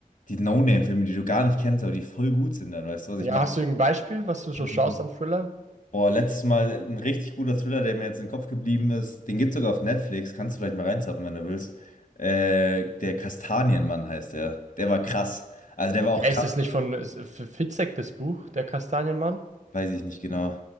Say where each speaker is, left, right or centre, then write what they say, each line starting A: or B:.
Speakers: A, on the left; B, on the right.
A: die No-Name-Filme, die du gar nicht kennst, aber die voll gut sind dann, weißt du, was ich
B: Ja,
A: meine?
B: hast du irgendein Beispiel, was du
A: Mhm.
B: so schaust an Thriller?
A: Boah, letztes Mal ein richtig guter Thriller, der mir jetzt im Kopf geblieben ist. Den gibt es sogar auf Netflix. Kannst du vielleicht mal reinzappen, wenn du willst. Äh, der Kastanienmann heißt der. Der war krass. Also der war auch
B: Hä,
A: krass.
B: ist das nicht von äh, Fitzek, das Buch, Der Kastanienmann?
A: Weiß ich nicht genau.